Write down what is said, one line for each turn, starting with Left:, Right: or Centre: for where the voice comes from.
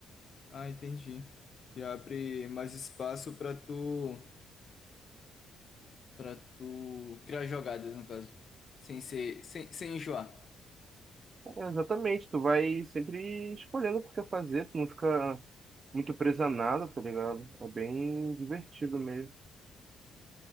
Left: Ah, entendi. Que abre mais espaço pra tu para tu criar jogadas, no caso, sem ser sem, sem enjoar.
Right: É, Exatamente, tu vai sempre escolhendo o que tu quer fazer, tu não fica muito preso a nada, tá ligado? É bem divertido mesmo.